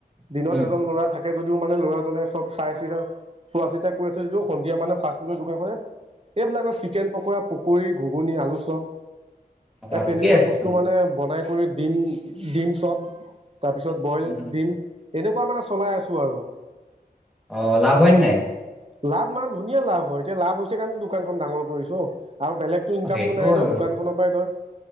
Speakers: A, on the right (about 35°); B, in the centre.
A: দিনত
B: উম
A: এজন লৰা থাক এতিয়া যদিও মানে ল'ৰাজনে চব চাই চি চোৱা চিতা কৰি আছে যদিও সন্ধিয়া মানে ফাষ্ট ফুডৰ দোকান খনে এইবিলাকৰ চিকেন পকৰা, পকৰি, ঘুগুনি, আলু চপ।
B: অ
A: এ
B: ঠিকেই
A: তেনেকুৱা
B: আছে
A: বস্তু
B: চোন
A: মানে বনায়। কৰি দিম দিম চব। তাৰপিছত বইল
B: উম
A: দিম। এনেকুৱা মানে চলাই আছ আৰু।
B: অ লাভ হয় নে নাই
A: অ' ধুনীয়া লাভ হয় এতিয়া লাভ হৈছে কাৰণে দোকানখন ডাঙৰ কৰিছো। আৰু বেলেগতো ইনকামো
B: অ সেইটোও
A: নাই
B: হয়
A: ন
B: বাৰু
A: দোকান খনৰ পৰাই ধৰ